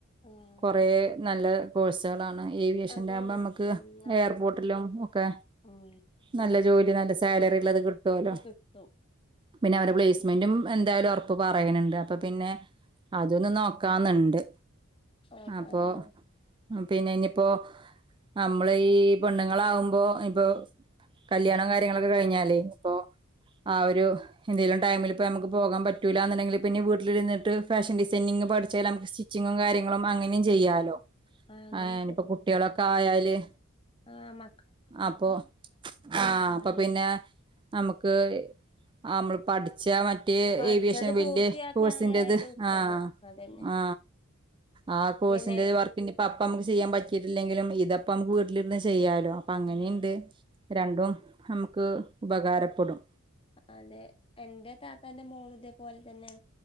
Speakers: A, on the left (about 25°); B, on the right (about 20°).
A: ആഹ്
B: കൊറേ
A: അതെ
B: നല്ല കോഴ്സുകളാണ് ഏവിയേഷന്റെ
A: അതന്നെ
B: ആകുമ്പോ നമുക്ക്
A: ഉം ന്നാല്
B: എയർപോർട്ടിലും ഒക്കെ
A: ഉം
B: നല്ല ജോലി നല്ല സാലറി ഉള്ളത് കിട്ടുഅല്ലോ
A: ഒക്കെ കിട്ടും
B: പിന്നെ അവരു പ്ലേസ്മെന്റും എന്തായാലും ഉറപ്പ് പറയണണ്ട്. അപ്പൊ പിന്നെ അതൊന്നും നോക്കാന്ന്ൻ ണ്ട്
A: ഓഹ്
B: അപ്പൊ
A: ആഹ്
B: പിന്നെ ഇനിയിപ്പോ നമ്മള് ഈ പെണ്ണുങ്ങളാകുമ്പോ ഇപ്പോ കല്യാണം കാര്യങ്ങളൊക്കെ കഴിഞ്ഞാല് ഇപ്പൊ ആ ഒരു എന്തേലും ടൈമിലിപ്പോ നമുക്ക് പോകാൻ പറ്റൂല്ല എന്നുണ്ടെങ്കിൽ പിന്നെ വീട്ടിലിരുന്നിട്ട് ഫാഷൻ ഡിസൈനി ങ്ങ് പഠിചേലമ്മക്ക് സ്റ്റിച്ചിങ്ങും കാര്യങ്ങളും അങ്ങനേം ചെയ്യാലോ
A: ആഹ് അങ്ങനെ
B: ആ ഇനിപ്പോ കുട്ടിളൊക്കെ ആയാല്
A: ആ മ
B: അപ്പൊ ആ അപ്പൊ
A: ഇതൊക്കെ
B: പിന്നെ നമുക്ക് ആ അമ്മള് പഠിച്ചാ മതി ന്റെ
A: പഠിച്ചത്
B: ഏവിയേഷൻ വല്യ
A: പൂർത്തിയാക്കാണ്
B: കോഴ്സിന്റേത്
A: ഏറ്റവും ഉത്തമം
B: ആ
A: അതന്നെ
B: ആ ആ കോഴ്സിന്റെ
A: പിന്നെ
B: വർക്കിനിപ്പൊ അപ്പമക്ക് ചെയ്യാൻ പറ്റിയിട്ടില്ലെങ്കിലും ഇതപ്പം നമുക്ക് വീട്ടിലിരുന്ന് ചെയ്യാലോ അപ്പ അങ്ങനെയുണ്ട്
A: ആഹ്
B: രണ്ടും നമുക്ക് ഉപകാരപ്പെടും
A: അതെ എന്റെ താത്താന്റെ മോളിതേപോലെ തന്നെ